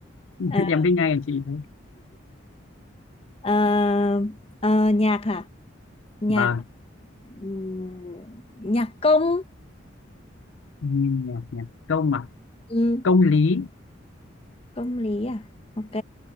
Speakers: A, on the left (about 75°); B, on the left (about 30°).
A: <laughs>
B: à,
A: em biết ngay là chị đấy
B: Ờ, ờ, nhạc hả nhạc
A: vâng
B: ừm, nhạc công
A: Nhìn nhạc nhạc công mà
B: Ừm,
A: công lý
B: công lý à ok